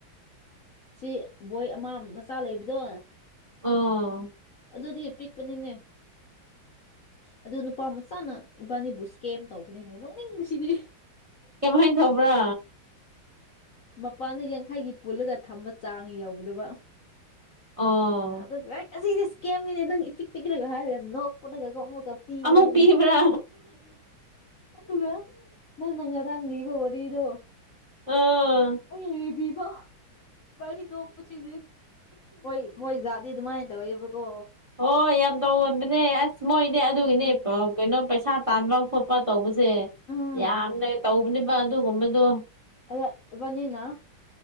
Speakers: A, on the left; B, on the right.
A: ꯁꯤ ꯕꯣꯏ ꯑꯃ ꯃꯆꯥ ꯂꯩꯕꯗꯣ
B: ꯑꯣ
A: ꯑꯗꯨꯗꯤ ꯄꯤꯛꯄꯅꯤꯅꯦ ꯑꯗꯨ ꯅꯨꯄꯥ ꯃꯆꯥꯅ ꯏꯕꯥꯅꯤꯕꯨ ꯏꯁꯀꯦꯝ ꯇꯧꯕꯅꯤꯅꯦ ꯅꯣꯛꯅꯤꯡꯕꯁꯤꯗꯤ
B: ꯀꯃꯍꯥꯏꯅ ꯊꯧꯕ꯭ꯔꯥ
A: ꯃꯄꯥꯟꯗ ꯌꯥꯡꯈꯩꯒꯤ ꯄꯨꯜꯂꯒ ꯊꯝꯕ ꯆꯥꯡ ꯌꯧꯗꯕ
B: ꯑꯣ
A: ꯑ ꯚꯥꯏ ꯑꯁꯤꯗꯤ ꯀꯦꯝꯃꯤꯅꯦ ꯅꯪ ꯏꯄꯤꯛ ꯄꯤꯛꯈ꯭ꯔꯒ ꯍꯥꯏꯔꯦ ꯅꯣꯛꯄꯗꯒ ꯑꯃꯨꯛꯀ ꯄꯤꯕꯅꯤꯅꯦ
B: ꯑꯃꯨꯛ ꯄꯤꯕ꯭ꯔꯥ
A: ꯑꯗꯨꯒ ꯅꯪꯅ ꯉꯔꯥꯡꯅꯤꯕ ꯋꯥꯔꯤꯗꯣ
B: ꯑꯣ
A: ꯎꯕꯤꯕꯣ ꯗꯤ ꯇꯣꯛꯄꯁꯤꯗꯤ ꯍꯣꯏ ꯃꯣꯏ ꯖꯥꯠꯗꯤ ꯑꯗꯨꯃꯥꯏꯅ ꯇꯧꯋꯦꯕꯀꯣ
B: ꯍꯣꯏ ꯌꯥꯝ ꯇꯧꯒꯣꯟꯕꯅꯦ ꯑꯁ ꯃꯣꯏꯅꯦ ꯑꯗꯨꯒꯤꯅꯦ
A: ꯎꯝ
B: ꯀꯩꯅꯣ ꯄꯩꯁꯥ ꯇꯥꯟꯕ ꯈꯣꯠꯄ ꯇꯧꯕꯁꯦ
A: ꯎꯝ
B: ꯌꯥꯝꯅ ꯇꯧꯕꯅꯦꯕ ꯑꯗꯨꯒꯨꯝꯕꯗꯣ
A: ꯑꯗ ꯏꯕꯥꯅꯤꯅ